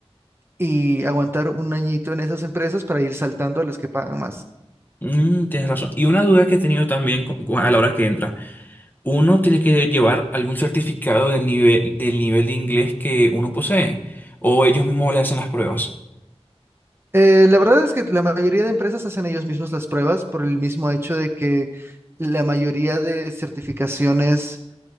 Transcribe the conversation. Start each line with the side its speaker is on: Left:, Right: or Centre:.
Right: y aguantar un añito en esas empresas para ir saltando a las que pagan más.
Left: Mm, tienes razón. Y una duda que he tenido también cu- cu- a la hora que entra. ¿Uno tiene que llevar algún certificado del nivel, del nivel de inglés que uno posee? ¿O ellos mismos le hacen las pruebas?
Right: Eh, la verdad es que la mayoría de empresas hacen ellos mismos las pruebas por el mismo hecho de que la mayoría de certificaciones